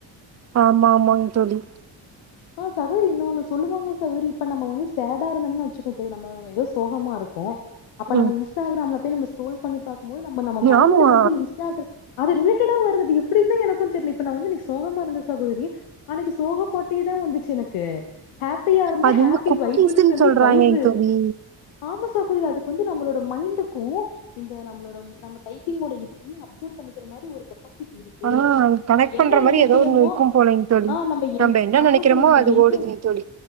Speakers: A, on the right; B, on the left.
A: ஆமாமாங் தோழி
B: ஆ சகோதரி இன்னொன்னு சொல்லுவாங்க சகோதரி இப்ப நம்ம வந்து சேடா இருந்தம்னு வெச்சுக்கோ இப்போ நம்ம எதோ சோகமா இருக்கோ அப்ப
A: ம்
B: நம்ம இன்ஸ்டாகிராம்ல போய் நம்ம ஸ்க்ரோல் பண்ணி பாக்குபோது நம்ம நம்ம மைண்டு
A: ஆமா
B: வந்து இன்ஸ் பாக்கற அது ரிலேடேடா வருது அது எப்டிந்தா எனக்கு தெரில இப்ப நா வந்து இன்னைக்கு சோகமா இருந்தே சகோதரி அன்னைக்கு சோகா பாட்டே தா வந்துச்சு எனக்கு ஹேப்பியா இருந்தே
A: அது
B: ஹேப்பி
A: வந்து குக்கீஸ்ன்னு
B: வைஃப்புனு சொல்லி
A: சொல்றாங்கங்க
B: வைஃப்பு
A: தோழி
B: ஆமா சகோதரி அதுக்கு வந்து நம்மளோட மைண்டுக்கு இந்த நம்மளோட நம்ம டைப்பிங்டோ இதுக்குமே அப்சர்வ் பண்ணிக்கிற மாரி ஒரு கெப்பா சிட்டி இருக்கு
A: ஆ கனெக்ட்
B: நம்ம என்ன
A: பண்ற மாரி
B: நெனைக்கிறமோ
A: ஏதோ ஒண்ணு இருக்கும் போலைங்க தோழி
B: ஆ நம்ம
A: நம்ப
B: என்
A: என்ன
B: ஆமா
A: நெனைக்கிறோமோ
B: சகோதரி நம்ம
A: அது
B: என்ன
A: ஓடுதுங்க தோழி